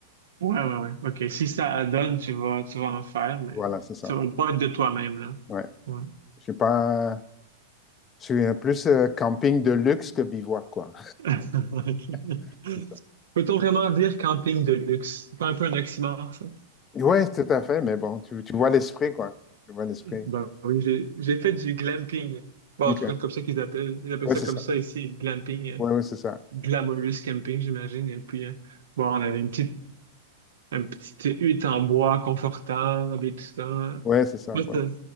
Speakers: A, on the right; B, on the left.
A: ouais, ouais. ouais. OK, si ça donne, tu vas, tu vas en faire, mais
B: Voilà, c'est ça.
A: ça va pas être de toi-même, là.
B: Ouais.
A: Ouais.
B: Je suis pas, je suis euh, plus euh, camping de luxe que bivouac, quoi.
A: <laughs> OK.
B: <laughs> C'est ça.
A: Peut-on vraiment dire camping de luxe? C'est pas un peu un oxymore, ça?
B: Ouais, tout à fait, mais bon, tu, tu vois l'esprit, quoi. Tu vois l'esprit.
A: Bah oui, j'ai j'ai fait du glamping. Bon,
B: Ok.
A: en tout cas, comme ça qu'ils appellent. Ils appellent
B: Ouais,
A: ça
B: c'est
A: comme
B: ça.
A: ça ici, glamping, euh,
B: Ouais, ouais, c'est ça.
A: glamorous camping, j'imagine. Et puis, euh, bon, on avait une petite, une petite hutte en bois confortable et tout ça.
B: Ouais, c'est ça.
A: Moi,
B: Ouais,
A: ça-